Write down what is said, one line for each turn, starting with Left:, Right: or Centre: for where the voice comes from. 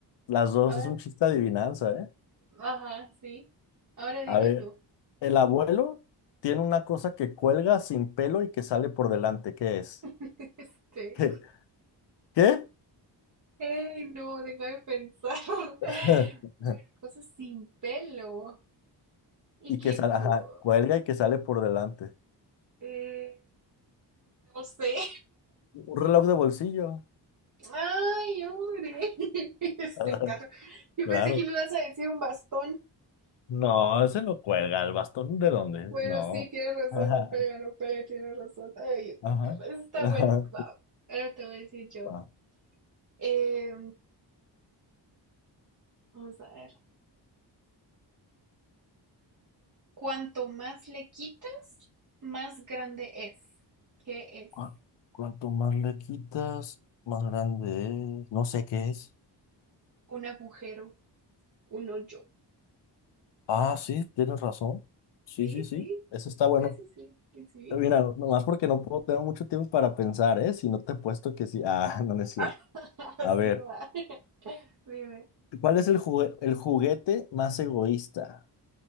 Left: las dos,
Right: Ahora,
Left: es un chiste adivinanza, ¿eh?
Right: ajá, sí. Ahora dime
Left: A ver,
Right: tú.
Left: el abuelo tiene una cosa que cuelga sin pelo y que sale por delante. ¿Qué es?
Right: <laughs> Este,
Left: ¿Qué? ¿Qué?
Right: ay, no, déjame pensar. <laughs>
Left: <laughs>
Right: Una cosa sin pelo y
Left: Y
Right: que,
Left: que sale,
Right: cu-
Left: ajá, cuelga y que sale por delante.
Right: eh, no sé.
Left: Un reloj de bolsillo.
Right: Ay, hombre, <laughs> ese
Left: <laughs>
Right: carro. Yo
Left: Claro.
Right: pensé que me ibas a decir un bastón.
Left: No, ese lo cuelga. ¿El bastón de dónde?
Right: Bueno,
Left: No.
Right: sí, tienes razón,
Left: Ajá,
Right: no pelea, no pelea, tienes razón. Ay, este
Left: ajá,
Right: carro, eso está
Left: ajá.
Right: bueno. Va, ahora te voy a decir yo.
Left: Va.
Right: Eh, vamos a ver. Cuanto más le quitas, más grande es. ¿Qué es?
Left: Cu- Cuanto más le quitas, más grande es. No sé qué es.
Right: Un agujero, un hoyo.
Left: Ah, sí, tienes razón. Sí,
Right: Sí,
Left: sí, sí.
Right: sí,
Left: Eso está bueno.
Right: eso sí, que sí.
Left: Mira, nomás porque no puedo, tengo mucho tiempo para pensar, ¿eh? Si no te he puesto que sí. Ah, <laughs> no, no es cierto.
Right: <laughs> Ah, Así
Left: A ver,
Right: va. <laughs> Dime.
Left: ¿cuál es el jugue- el juguete más egoísta?